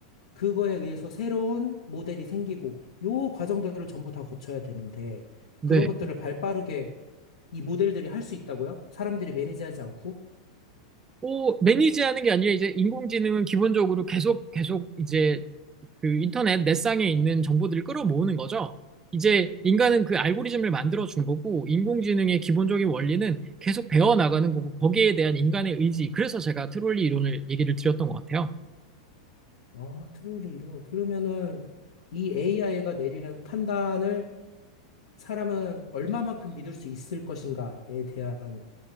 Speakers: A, on the left; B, on the right.
A: 그거에 의해서 새로운 모델이 생기고 요 과정들을 전부 다 거쳐야 되는데
B: 네.
A: 그런 것들을 발빠르게 이 모델들이 할 수 있다고요? 사람들이 매니지하지 않고?
B: 뭐, 매니지하는 게 아니라 이제 인공지능은 기본적으로 계속, 계속 이제 그 인터넷 넷상에 있는 정보들을 끌어모으는 거죠. 이제 인간은 그 알고리즘을 만들어 준 거고, 인공지능의 기본적인 원리는 계속 배워나가는 거고, 거기에 대한 인간의 의지. 그래서 제가 트롤리 이론을 얘기를 드렸던 것 같아요.
A: 아, 트롤리로. 그러면은 이 AI가 내리는 판단을 사람은 얼마만큼 믿을 수 있을 것인가에 대한